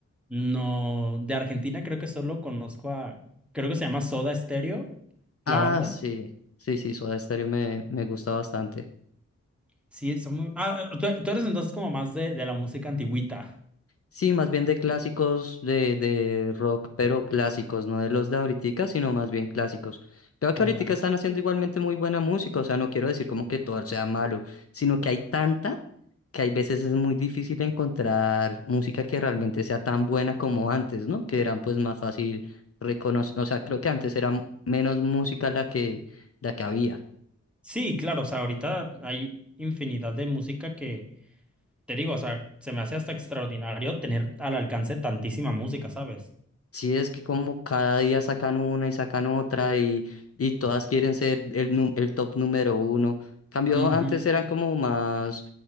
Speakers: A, in the centre; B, on the left (about 50°).
A: No, de Argentina creo que solo conozco a, creo que se llama Soda Stereo, la
B: Ah,
A: banda.
B: sí, sí, sí, Soda Stereo me, me gusta bastante.
A: Sí, son muy... Ah, eh, tú, tú eres entonces como más de, de la música antigüita.
B: Sí, más bien de clásicos de, de rock, pero clásicos, no de los de ahoritica, sino más bien clásicos. Creo que
A: Como
B: ahoritica
A: de- ajá.
B: están haciendo igualmente muy buena música, o sea, no quiero decir como que todo sea malo, sino que hay tanta que hay veces es muy difícil encontrar música que realmente sea tan buena como antes, ¿no? Que eran pues más fácil reconocer, o sea, creo que antes era menos música la que, la que había.
A: Sí, claro, o sea, ahorita hay infinidad de música que, te digo, o sea, se me hace hasta extraordinario tener al alcance tantísima música, ¿sabes?
B: Sí, es que como cada día sacan una y sacan otra y, y todas quieren ser el, nu- el top número uno. Cambio,
A: Ujú.
B: antes eran como más,